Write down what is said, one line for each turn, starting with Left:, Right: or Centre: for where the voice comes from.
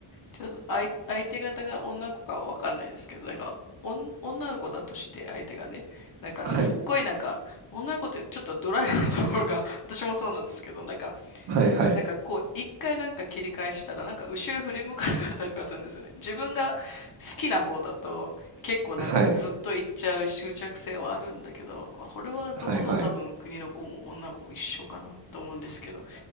Left: ちょっと相、相手方が女の子かはわかんないですけど、なんか、おん女の子だとして相手がね、なんかすっごいなんか、
Right: はい。
Left: 女の子ってちょっとドライなところが <laughs>、私もそうなんですけど、なんか、
Right: はいはい。
Left: なんかこう、一回なんか切り返したら、なんか後ろ振り向かなかったりとかするんですよね。自分が好きな方だと、結構なんかずっと行っちゃう執着性はあるんだけど、
Right: はい。
Left: これはどこの多分国の子も女の子も一緒かなと思うんですけど、
Right: はいはい。